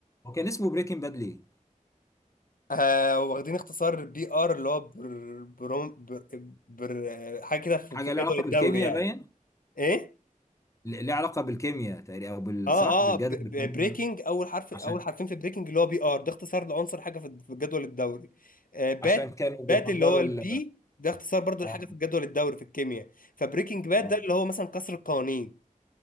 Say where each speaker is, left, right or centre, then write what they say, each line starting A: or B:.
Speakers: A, on the left; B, on the left.
A: هو كان اسمه بريكنج باد ليه
B: آه واخدين اختصار بي ار اللي هو بر بروم بر, بر آه، حاجة كده في
A: حاجة
B: في
A: ليها
B: جدول
A: علاقة بالكيمياء
B: الدوري يعني
A: باين
B: ايه؟
A: ليه علاقة بالكيمياء تقريبا او بال
B: اه
A: صح بالجدول
B: اه
A: الكيمياء
B: بريكنج اول حرف اول
A: عشان
B: حرفين في بريكنج اللي هو بي ار ده اختصار لعنصر حاجة في في جدول الدوري آه باد
A: عشان كانوا بيحضروا
B: باد اللي هو البي
A: ال
B: ده اختصار برضو
A: اه
B: لحاجة في الجدول الدوري في الكيمياء فبريكنج باد
A: اه
B: ده اللي هو مثلا كسر القوانين